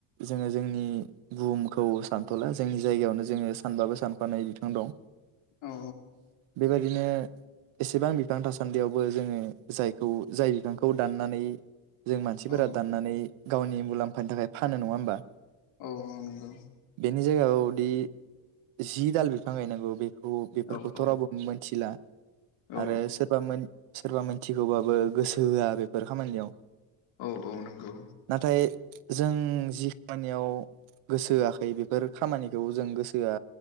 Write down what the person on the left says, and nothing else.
औ
औ
औ औ नंगौ
औ औ
औ
औ औ नोंगौ।